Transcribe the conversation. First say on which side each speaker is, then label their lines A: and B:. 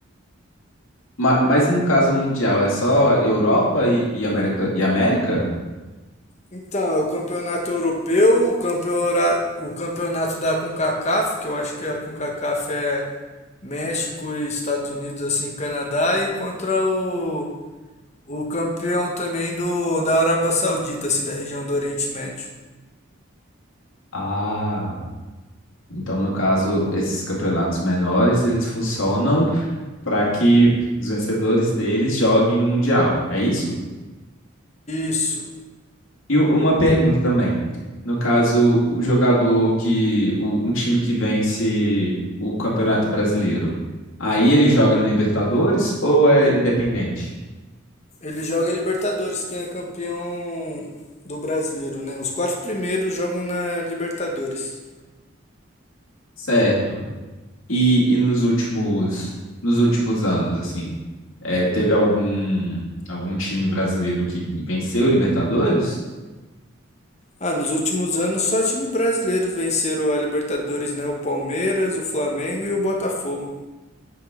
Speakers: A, on the left; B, on the left.
A: ma- mas, no caso mundial é só Europa e, e América e América?
B: Então, é o campeonato europeu, o, campeora- o campeonato da CONCACAF, que eu acho que a CONCACAF é México e Estados Unidos, assim, Canadá, e contra o, o campeão também do da Arábia Saudita, assim, da região do Oriente Médio.
A: Ah, então no caso, esses campeonatos menores, eles funcionam para que os vencedores deles joguem no Mundial. É isso?
B: Isso.
A: E u- uma pergunta também. No caso, o jogador que. o- um time que vence o Campeonato Brasileiro. Aí ele joga na Libertadores ou é independente?
B: Ele joga a Libertadores, quem é campeão do brasileiro, né? Os quatro primeiros jogam na Libertadores.
A: Certo. E, e nos últimos, nos últimos anos, assim, é, teve algum, algum time brasileiro que venceu o Libertadores?
B: Ah, nos últimos anos só times brasileiros venceram a Libertadores, né? O Palmeiras, o Flamengo e o Botafogo.